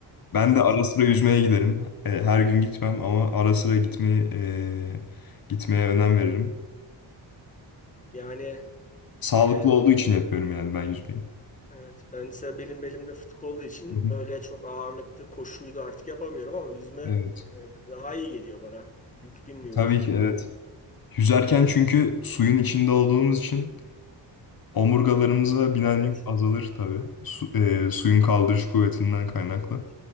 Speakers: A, on the left; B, on the left.
A: Ben
B: evet.
A: de ara sıra yüzmeye giderim. Ee, her gün gitmem ama ara sıra gitmeyi ee, gitmeye önem veririm.
B: Yani
A: Sağlıklı
B: e,
A: olduğu için yapıyorum yani ben yüzmeyi.
B: evet. Ben ise belim belimde fıtık olduğu için
A: Hı hı.
B: böyle çok ağırlıklı koşuydu artık yapamıyorum ama yüzme
A: Evet.
B: e, daha iyi geliyor bana. Yük binmiyor
A: Tabii
B: vücuduma.
A: ki evet. Yüzerken çünkü suyun içinde olduğumuz için omurgalarımıza binen
B: Evet,
A: yük azalır tabii. Su- ee, suyun kaldırış kuvvetinden kaynaklı.
B: evet.